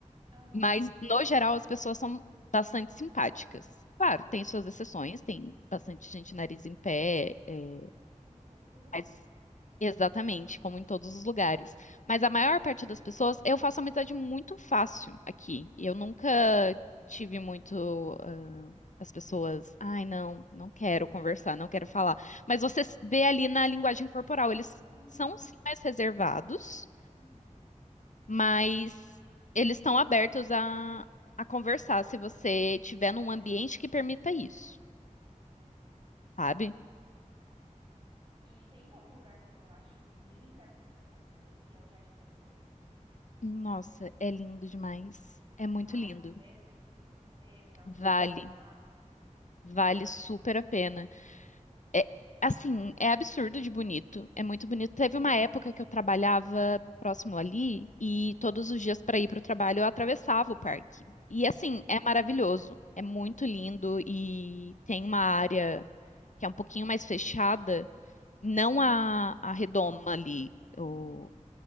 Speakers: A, on the right; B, on the left.
A: aham,
B: Mas no geral as pessoas são bastante simpáticas. Claro, tem suas exceções, tem bastante gente nariz em pé, é,
A: como todos os lugares.
B: mas Exatamente, como em todos os lugares. Mas a maior parte das pessoas, eu faço amizade muito fácil aqui. Eu nunca tive muito, ah, as pessoas, ai, não, não quero conversar, não quero falar. Mas você s- vê ali na linguagem corporal, eles
A: Uhum,
B: são sim mais reservados,
A: uhum,
B: mas eles estão abertos a, a conversar se você tiver num ambiente que permita isso,
A: entendi, entendi.
B: sabe?
A: Tá. E tem um outro lugar que eu acho linda a arquitetura também, que é o Jardim Botânico.
B: Nossa, é lindo demais. É muito
A: Vale
B: lindo.
A: mesmo assim conhecer, tirar um
B: Vale.
A: dia pra ir lá?
B: Vale super a pena. É, assim, é absurdo de bonito. É muito
A: Uhum,
B: bonito. Teve uma época que eu trabalhava próximo ali e todos os dias para ir para o trabalho eu atravessava o parque. E
A: uhum,
B: assim, é maravilhoso. É muito lindo e tem uma área que é um pouquinho mais fechada, não a, a redoma ali,
A: uhum,
B: o,